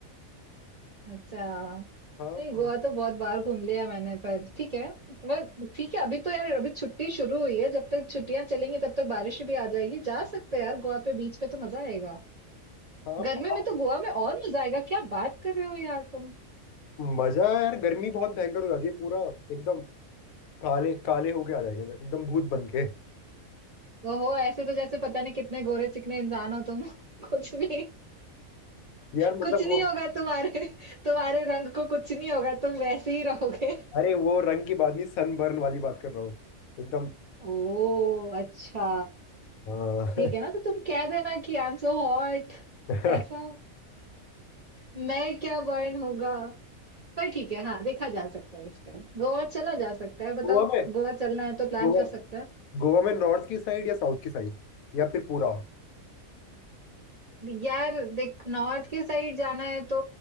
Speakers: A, on the right (about 50°); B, on the left (about 80°).
A: अच्छा
B: हाँ
A: नहीं गोवा तो बहुत बार घूम लिया मैंने पर ठीक है पर ठीक है अभी तो यार अभी छुट्टी शुरू हुई है जब तक छुट्टियां चलेंगी तब तक बारिश भी आ जाएगी जा सकते हैं यार गोवा पे बीच पे तो मजा आएगा
B: हाँ प-
A: गर्मी में तो गोवा में और मजा आएगा क्या बात कर रहे हो यार तुम
B: मजा है यार गर्मी बहुत भयंकर हो जाती है पूरा एकदम काले काले होके आ जाएंगे एकदम भूत बन के <laughs>
A: ओहो ऐसे तो जैसे पता नहीं कितने गोरे चिकने इंसान हो तुम <laughs> कुछ भी
B: यार मतलब
A: कुछ नहीं
B: वो
A: होगा तुम्हारे तुम्हारे रंग को कुछ नहीं होगा तुम वैसे ही रहोगे
B: अरे वो रंग की बात नहीं सनबर्न वाली बात कर रहा हूँ एकदम
A: ओ अच्छा
B: हाँ
A: ठीक है ना तो तुम कह देना कि आई एम सो हॉट
B: <laughs>
A: ऐसा मैं क्या बर्न होगा पर ठीक है हाँ देखा जा सकता है इस पे गोवा चला जा सकता है बताओ
B: गोवा में
A: गोवा चलना है तो प्लान
B: गोवा
A: कर सकते हैं
B: गोवा में नॉर्थ की साइड या साउथ की साइड या फिर पूरा
A: यार देख नॉर्थ के साइड जाना है तो